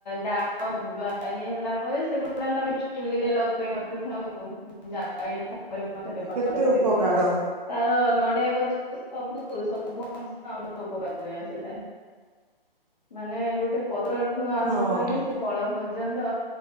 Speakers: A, on the left (about 45°); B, on the right (about 45°).
A: ଡାଳ ଵା ଇଏ ହେଲା ପରେ ସେଗୁଡାକ ଆମେ ଚୁଲିରେ ଲଗେଇ ମତେ ଥାଉ। ଜାଲେଣି ଭାବରେ ମଧ୍ୟ ବ୍ୟବହାର
B: କେତେ
A: କରିଥାଉ
B: ଉପକାର
A: ତାର ନଡିଆ ଗଛ ସବୁ ସବୁ ଅଂଶ ଆମର ଉପକାରରେ ଆସିଥାଏ। ମାନେ ଗୋଟେ ପତ୍ର ଠୁ ଆରମ୍ଭ
B: ହଁ।
A: କରିକି ସେ ଫଳ ପ ର୍ଯ୍ୟନ୍ତ